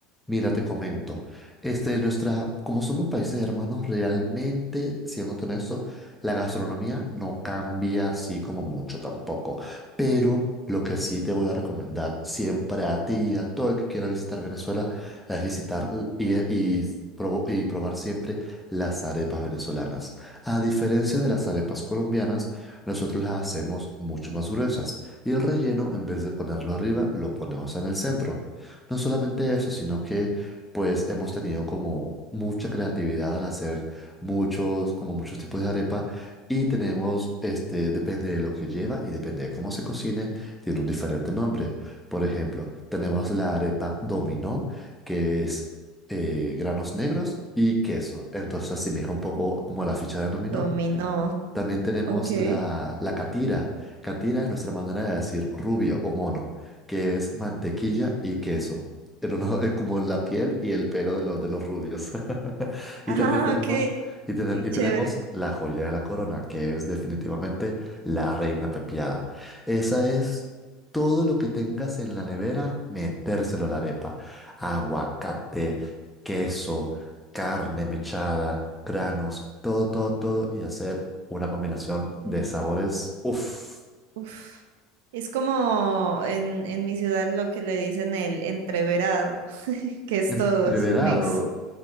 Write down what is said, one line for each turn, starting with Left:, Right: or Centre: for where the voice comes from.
Centre: Mira, te comento, este, nuestra, como somos países hermanos, realmente, siendo honesto, la gastronomía no cambia así como mucho tampoco. Pero lo que sí te voy a recomendar siempre a ti y a todo el que quiera visitar Venezuela es visitar l- y, y probo- y probar siempre las arepas venezolanas. A diferencia de las arepas colombianas, nosotros las hacemos mucho más gruesas y el relleno, en vez de ponerlo arriba, lo ponemos en el centro. No solamente eso, sino que pues hemos tenido como mucha creatividad al hacer muchos, como muchos tipos de arepa y tenemos, este, depende de lo que lleva y depende de cómo se cocine, tiene un diferente nombre. Por ejemplo, tenemos la arepa dominó, que es eh, granos negros y queso. Entonces asemeja un poco como a la ficha de dominó
Right: Dominó.
Centre: también tenemos
Right: Ok. <laughs>
Centre: la, la catira. Catira es nuestra manera de decir rubio o mono, que es mantequilla y queso. Pero no, eh, como la piel y el pelo de los, de los rubios. <laughs> Y
Right: Ah,
Centre: también tenemos,
Right: ok.
Centre: y, tene-
Right: Muy
Centre: y
Right: chévere.
Centre: tenemos la joya de la corona, que es definitivamente la reina pepiada. Esa es todo lo que tengas en la nevera, metérselo a la arepa. Aguacate, queso, carne mechada, granos, todo, todo, todo, y hacer una combinación de sabores. Uf,
Right: Uf, Es como en, en mi ciudad lo que le dicen el entreverado, <laughs> que es
Centre: entreverado.
Right: todo, es un mix.